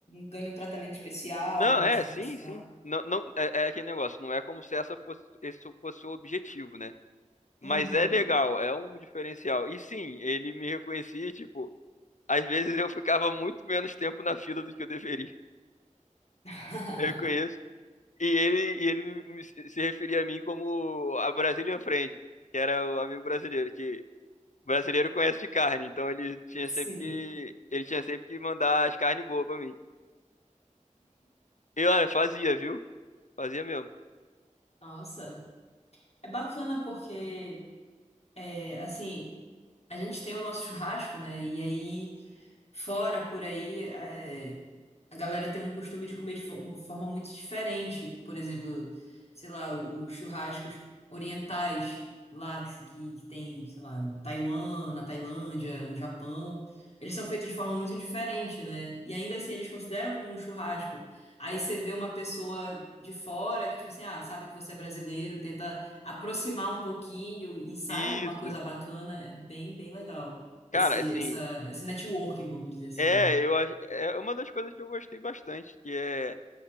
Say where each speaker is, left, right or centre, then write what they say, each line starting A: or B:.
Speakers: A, on the left; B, on the left.
A: ganha um tratamento especial,
B: Não,
A: uma atenção
B: é, sim,
A: especial.
B: sim. Não, não, é, é aquele negócio, não é como se essa fosse, esse fosse o objetivo, né? Mas
A: Uhum.
B: é legal, é um diferencial. E sim, ele me reconhecia, tipo, às vezes eu ficava muito menos tempo na fila do que eu deveria. <laughs>
A: <laughs>
B: Eu conheço. E ele, e ele me- se referia a mim como a Brazilian Friend, que era o amigo brasileiro, que brasileiro conhece de carne, então ele tinha
A: Sim.
B: sempre que, ele tinha sempre que mandar as carnes boas pra mim. E olha, fazia, viu? Fazia mesmo.
A: Nossa, é bacana porque, é, assim, a gente tem o nosso churrasco, né? E aí. Fora, por aí, é, a galera tem um costume de comer de fo- forma muito diferente. Por exemplo, sei lá, o- os churrascos orientais lá que, se- que que tem, sei lá, em Taiwan, na Tailândia, no Japão. Eles são feitos de forma muito diferente, né? E ainda assim eles consideram como um churrasco. Aí você vê uma pessoa de fora que, tipo assim, ah, sabe que você é brasileiro, tenta aproximar um pouquinho e sai
B: Isso.
A: uma coisa bacana. É bem, bem legal
B: Cara,
A: esse,
B: assim,
A: essa, esse networking, vamos dizer assim,
B: é,
A: né?
B: eu acho, é uma das coisas que eu gostei bastante, que é